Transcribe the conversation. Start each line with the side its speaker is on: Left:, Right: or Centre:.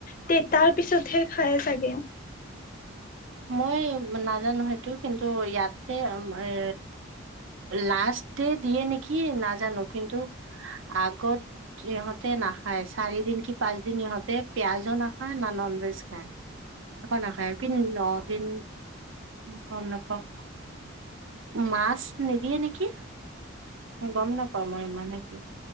Left: তে তাৰ পিছতহে খাই চাগে।
Right: মই নাজানো সেইটো কিন্তু ইয়াতে এ লাষ্ট ডে দিয়ে নেকি নাজানো কিন্তু আগত ইহঁতে নাখায় চাৰি দিন কি পাঁচদিন ইহঁতে পিয়াজো নাখায় না নন ভেজ খায়। একো নাখায় কি ন' দিন গম নাপাওঁ মাছ নিদিয়ে নেকি গম নাপাও মই ইমানেতো।